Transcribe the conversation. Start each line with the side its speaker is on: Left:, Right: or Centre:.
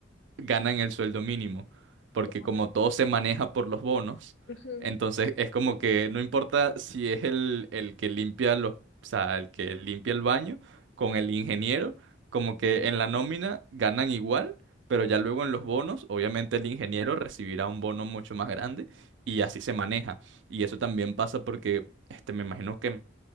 Right: ganan el sueldo mínimo, porque
Left: como
Right: como
Left: que-
Right: todo se maneja por los bonos,
Left: ujú,
Right: entonces es como que no importa si es el, el que limpia los, o sea, el que limpia el baño con el ingeniero, como que en la nómina ganan igual, pero ya luego en los bonos, obviamente el ingeniero recibirá un bono mucho más grande y así se maneja. Y eso también pasa porque, este, me imagino que